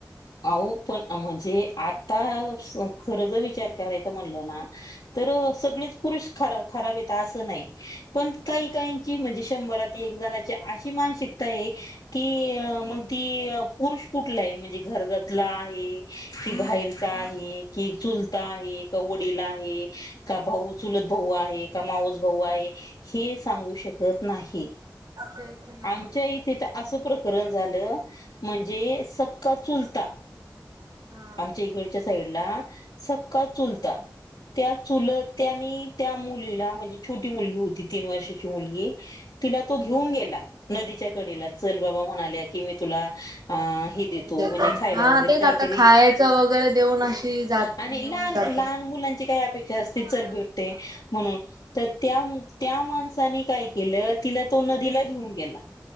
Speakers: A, on the left; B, on the right.
A: अहो पण म्हणजे आता स खर ज विचार करायचां म्हणलं ना तर सगळीच पुरुष खरा खराब येत असं नाही पण
B: मग
A: काही
B: काय
A: काहीची
B: तेच ना
A: म्हणजे शंभरात एक जणाची अशी मानसिकता आहे की मग ती पुरुष कुठला आहे म्हणजे घरजातला आहे कि बाहेरचा आहे कि चुलता आहे का वडील आहे का भाऊ चुलत भाऊ आहे का मावस भाऊ आहे हे सांगू शकत नाही
B: तेच ना.
A: आमच्या इथेत अस प्रकरण झालं म्हणजे सक सका चुलता
B: हा
A: आमच्या इकडच्या साईडला सक्का चुलता त्या चुलत्यांनी त्या मुलीला म्हणजे छोटी मुलगी होती तीन वर्षाची मुलगी तिला तो घेऊन गेला नदीच्या कडेला चल बाबा म्हणाला की मी तुला अ ह
B: खाऊ
A: देतो हो
B: देतात
A: म्हणजे खायला
B: हा
A: वगैरे
B: तेच
A: काहीतरी
B: आता खायचं वगैरे देऊन अशी जात
A: आणि
B: घेऊन
A: लहान
B: जातात.
A: लहान मुलांचे काही त्यापेक्षा असी
B: हा
A: चल भेटते
B: खाऊ
A: म्हणून तर त्या त्या माणसानी काय केलं तिला तो नदीला घेऊन गेला